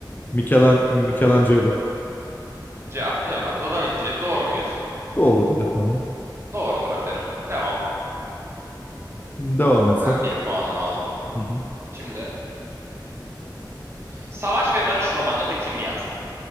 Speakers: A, on the left; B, on the right.
A: Michelan- Michelangelo.
B: Cevap Leonardo da Vinci. Doğru muyuz?
A: Doğrudur efendim.
B: Doğrudur efendim. Devam.
A: Devam etsen.
B: Ben bir puanımı aldım.
A: Hı hı.
B: Şimdi Savaş ve Barış romanını kim yazdı?